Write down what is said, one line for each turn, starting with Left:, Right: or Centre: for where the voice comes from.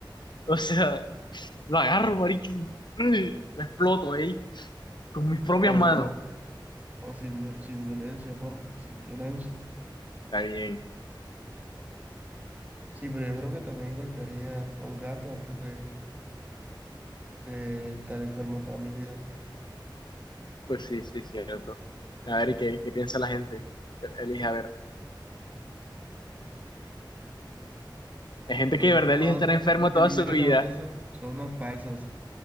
Left: O sea, lo agarro, marica, y mm, lo exploto, eh con mis propias
Right: Oh,
Left: manos.
Right: bro. Oh, sin viol- sin violencia, porfa, sin violencia.
Left: Está bien.
Right: Sí, pero yo creo que también golpearía a un gato antes de, de estar enfermo toda mi vida.
Left: Pues sí, sí, cierto. A ver, ¿y qué, qué piensa la gente? Elige, a ver. Hay gente
Right: que eligieron
Left: que de verdad elige
Right: la otra,
Left: estar enfermo
Right: los que
Left: toda
Right: eligieron
Left: su vida.
Right: la otra son, son unos falsos.